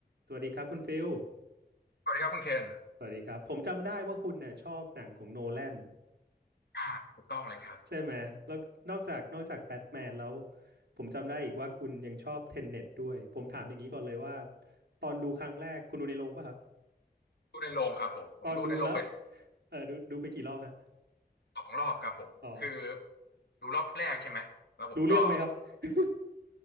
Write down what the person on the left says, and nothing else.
สวัสดีครับคุณเคน
อ่าถูกต้องเลยครับ
ดูในโรงครับผมผมดูในโรงไป
สองรอบครับผมคือ
ดูรอบแรกใช่ไหมแล้วผมก็